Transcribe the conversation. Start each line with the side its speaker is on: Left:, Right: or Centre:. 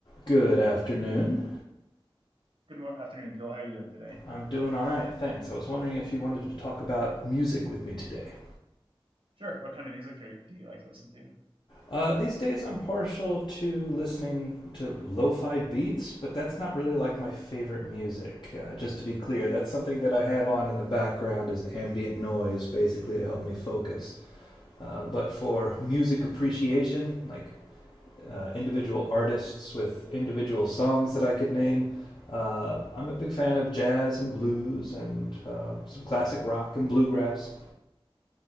Left: Good afternoon.
Right: Good afternoon, Joel. How are you doing today?
Left: I'm doing all right, thanks. I was wondering if you wanted to talk about music with me today.
Right: Sure. What kind of music are, do you like to listen to?
Left: Uh, these days, I'm partial to listening to lo-fi beats, but that's not really like my favorite music. Uh, just to be clear, that's something that I have on in the background as ambient noise, basically to help me focus. Uh, but for music appreciation, like uh, individual artists with individual songs that I could name. Uh, I'm a big fan of jazz and blues and uh, some classic rock and bluegrass.